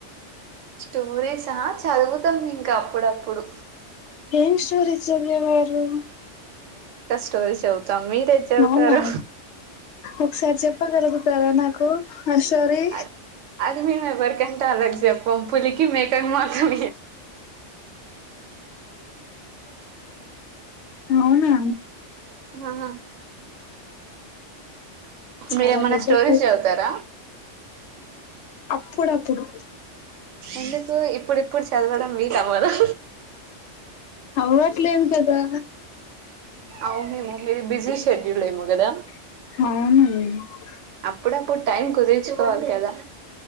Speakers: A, on the right (about 80°); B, on the left (about 70°).
A: టోరీసా చదువుతం ఇన్ గప్ ప్పుడప్పుడు
B: ఏం స్టోరీస్ చదివేవారు
A: స్టోరీస్ చౌ తాం మీరేం చవుతారు
B: అవునా ఒకసారి చెప్పగలుగుతారా నాకు ఆషోరీ
A: అది అది మేము ఎవరికంటే వాళ్లకి చెప్పం పులికి మేకకి మాత్రం
B: అవునా
A: ఆ
B: చాలా
A: మీరేమైనా
B: పెద్ద
A: స్టోరీస్
B: కథ
A: చదువుతారా
B: అప్పుడప్పుడు
A: ఎందుకు ఇప్పుడిప్పుడు చదవడం వీలవ్వదా
B: అవ్వట్లేదు కదా
A: అవునేమో మీరు బిజీ షెడ్యూల్ ఏమో కదా
B: అవున
A: అప్పుడప్పు టైం కుదిర్చుకోవాలి కదా